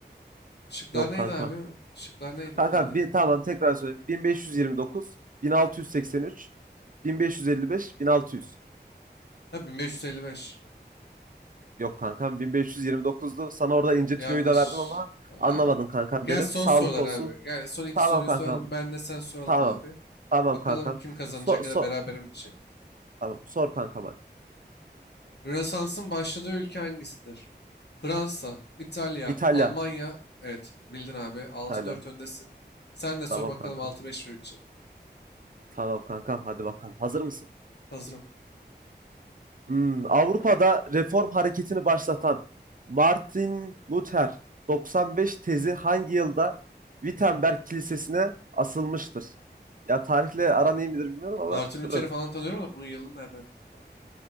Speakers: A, on the left; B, on the right.
A: Şıklar
B: Yok
A: neydi
B: kankam.
A: abi? Şıklar neydi
B: Kankam
A: bir daha alayım.
B: bir, tamam tekrar söyleyeyim. 1529, 1683, 1555, 1600.
A: Ha 1555.
B: Yok kankam 1529'du. Sana orada ince
A: Yanlış.
B: tüyoyu da verdim ama
A: Abi.
B: anlamadın kankam
A: Gel
B: benim.
A: son
B: Sağlık
A: sorular
B: olsun.
A: abi. Gel son iki
B: Tamam
A: soruyu
B: kankam.
A: soralım. Ben de sen soralım
B: Tamam.
A: abi.
B: Tamam
A: Bakalım
B: kankam.
A: kim kazanacak
B: So, so,
A: ya da berabere mi bitecek.
B: tamam. Sor kankam hadi.
A: Rönesans'ın başladığı ülke hangisidir? Fransa, İtalya,
B: İtalya.
A: Almanya. Evet bildin abi. altı
B: İtalya.
A: dört öndesin. Sen de sor
B: Tamam
A: bakalım
B: kankam.
A: altı beş mi bitecek?
B: Tamam kankam. Hadi bakalım. Hazır mısın?
A: Hazırım.
B: Hmm, Avrupa'da reform hareketini başlatan Martin Luther 95 tezi hangi yılda Wittenberg Kilisesi'ne asılmıştır? Ya tarihle aran iyi midir bilmiyorum ama
A: Martin
B: soruyorum.
A: Luther'i falan tanıyorum da bunun yılını nereden bileyim abi?